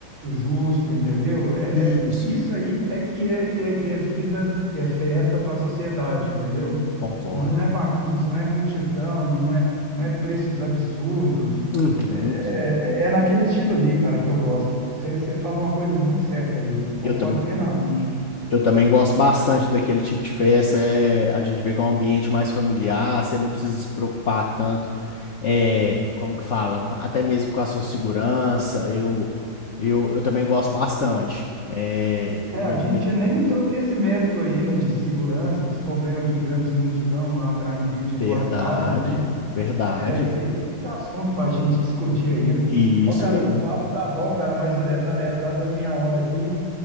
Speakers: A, on the right; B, on the left.
A: justo, entendeu? É,
B: Isso,
A: é- isso aí é que é que é que é vida, que é festa para a sociedade, entendeu?
B: concordo.
A: Não é bagunça, não é multidão, não é não é preços absurdos.
B: Uhum.
A: É, é- é naquele estilo ali, cara, que eu gosto. Você você falou uma coisa muito certa aí, concordo
B: Eu, tam
A: plenamente.
B: eu também gosto bastante daquele tipo de festa. é, a gente vê que é um ambiente mais familiar, você não precisa se preocupar tanto, é, como que fala, com- até mesmo com a sua segurança. Eu, eu, eu também gosto bastante. É,
A: É,
B: na minha
A: a gente
B: opinião.
A: nem entrou nesse mérito aí, né, de segurança, dos problemas que grande multidão atraindo gente de
B: Verdade,
A: fora causa, né?
B: verdade.
A: É, isso aí tem muito assunto pra gente discutir ainda.
B: Isso
A: Ó, cara,
B: mesmo.
A: o papo tá bom, cara, mas é, tá, é, tá dando minha hora aqui.